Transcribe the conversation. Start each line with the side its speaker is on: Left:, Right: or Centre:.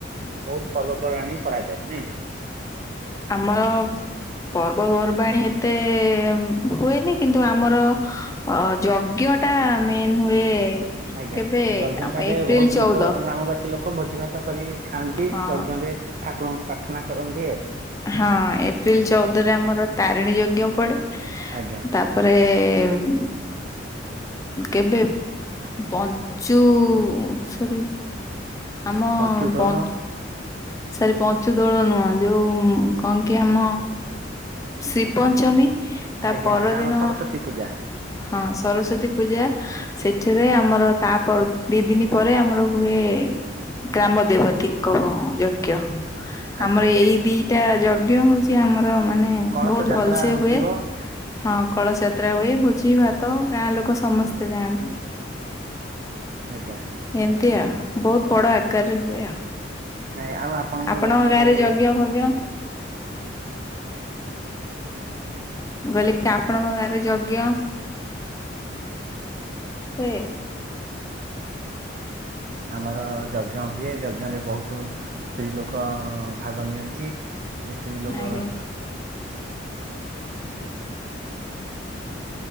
Right: ବହୁତ୍ ପର୍ବପର୍ବାଣି କରାଯାଏ ନାଇଁ କି
Left: ଆମର ପର୍ବପର୍ବାଣି ଏତେ ହୁଏନି କିନ୍ତୁ ଆମର ଅ ଯଜ୍ଞଟା ମେନ୍ ହୁଏ
Right: ଆଜ୍ଞା
Left: କେବେ
Right: ଯଜ୍ଞଟାରେ
Left: ଆମ ଏପ୍ରିଲ
Right: ବହୁତ
Left: ଚଉଦ।
Right: ଲୋକ ଗ୍ରାମବାସୀ ଲୋକ ଭୋଜି ଭାତ କରି ଖାଆନ୍ତି
Left: ହଁ
Right: ଯଜ୍ଞରେ ଠାକୁରଙ୍କୁ ପ୍ରାର୍ଥନା କରନ୍
Left: ହଁ ଏପ୍ରିଲ ଚଉଦରେ ଆମର ତାରିଣୀ ଯ ଜ୍ଞ ପଡେ।
Right: ଆଜ୍ଞା
Left: ତାପରେ ଏମ୍ କେବେ ପଞ୍ଚୁ ସରି ଆମ
Right: ପଞ୍ଚୁଦୋଳ
Left: ପନ୍ ସରୀ ପଞ୍ଚୁଦୋଳ ନୁହଁ ଯୋଉ କନ୍ କି ଆମ ଶ୍ରୀପଞ୍ଚମୀ ତା
Right: ଆଜ୍ଞା
Left: ପରଦିନ
Right: ସେ ଆମ ସରସ୍ଵତୀ ପୂଜା
Left: ହଁ ସରସ୍ଵତୀ ପୂଜା ସେଠିରେ ଆମର ତା ପର୍ ଦି ଦିନ ପରେ ଆମର ହୁଏ ଗ୍ରାମ ଦେବତୀଙ୍କ ଅଁ ଯଜ୍ଞ ।
Right: ଆଜ୍ଞା
Left: ଆମ ଏଇ ଦିଟା ଜ ଜ୍ଞ ହଉଚି ଆମର ମାନେ
Right: କଳସ
Left: ବହୁତ
Right: ଯାତ୍ରା
Left: ଭଲ ସେ
Right: ହଉଥିବ
Left: ହୁଏ ହଁ କଳସଯାତ୍ରା ହୁଏ ଭୋଜି ଜି ଭାତ ଗାଁ ଲୋକ ସମସ୍ତେ ଯାଆନ୍ତି।
Right: ଆଜ୍ଞା
Left: ଏମତି ଆଉ। ବହୁତ ବଡ଼ ଆକାରରେ ହୁଏ।
Right: ନାଇଁ ଆଉ
Left: ଆପଣଙ୍କ
Right: ଗ୍ରାମରେ
Left: ଗାଁ ରେ ଯଜ୍ଞ ଫଜ୍ଞ ଗଲି ଆପଣଙ୍କ ଗାଁରେ ଯଜ୍ଞ। ହ୍ନୁଁ।
Right: ଆମର ଯଜ୍ଞ ହୁଏ ଯଜ୍ଞରେ ବହୁତୁ ସ୍ତ୍ରୀ ଲୋକ ଅଅ ଭାଗ ନିଅନ୍ତି। ସ୍ତ୍ରୀ ଲୋକ
Left: ଆଜ୍ଞା